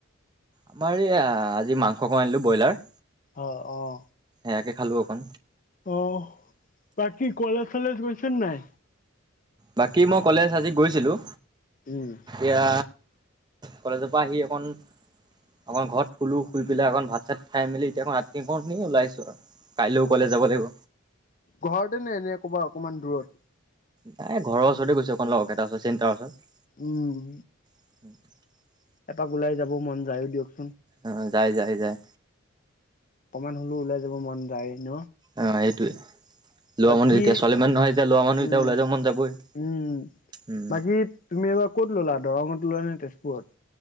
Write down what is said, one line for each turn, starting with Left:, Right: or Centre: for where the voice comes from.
Right: আমাৰ এয়া, আজি মাংসকন আনিলো ব্ৰইলাৰ
Left: অ', অ',
Right: বেয়াকে খালো অকণ
Left: অ', বাকী কলেজ চলেজ গৈছে নাই?
Right: বাকী মই কলেজ আজি গৈছিলোঁ।
Left: উম,
Right: এয়া কলেজৰ পৰা আহি অকন আমাৰ ঘৰত শুলোঁ, শুই পেলাই অকণমান ভাত চাত খাই মেলি এতিয়া এতিয়া কিনি ওলাই আহিছো আৰু কাইলৈও
Left: অ',
Right: কলেজ যাব লাগিব
Left: ঘৰতে নে এনে ক'বা অকমান দূৰত
Right: নাই ঘৰৰ ওচৰতে গৈছো অকমান লগকেইটা এটা চিণ্টাৰ ওচৰত।
Left: উম।
Right: <inaudible>
Left: এপাক ওলাই যাব মন যায়ো দিয়কচোন
Right: অ', যাই- যাই -যাই
Left: এনেও হ'লেও ওলাই যাব মন যায় ন।
Right: অ, এইটোৱে। ল'ৰা
Left: বাকী
Right: মানুহ যেতিয়া ছোৱালী মানুহ নহয় যেতিয়া এতিয়া ল'ৰা মানুহ
Left: উম,
Right: এতিয়া ওলাই যাব মন যাবই।
Left: উম,
Right: উম
Left: বাকী তুমি এইবাৰ ক'ত ল'লা দৰঙত ল'লা নে তেজপুৰত?